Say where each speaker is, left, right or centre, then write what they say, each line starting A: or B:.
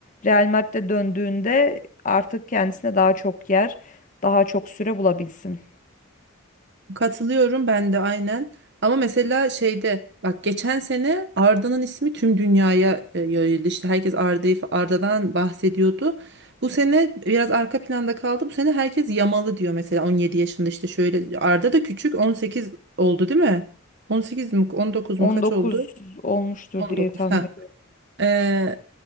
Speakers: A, on the left; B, on the right.
A: Real Madrid'e döndüğünde artık kendisine daha çok yer, daha çok süre bulabilsin.
B: Katılıyorum ben de aynen. Ama mesela şeyde bak geçen sene Arda'nın ismi tüm dünyaya e, yayıldı. İşte herkes Arda'yı Arda'dan bahsediyordu. Bu sene biraz arka planda kaldı. Bu sene herkes Yamalı diyor mesela 17 yaşında işte şöyle Arda da küçük 18 oldu değil mi? 18 mi 19
A: On
B: mu kaç
A: dokuz
B: oldu?
A: olmuştur
B: 19.
A: diye tahmin ediyorum.
B: Ee,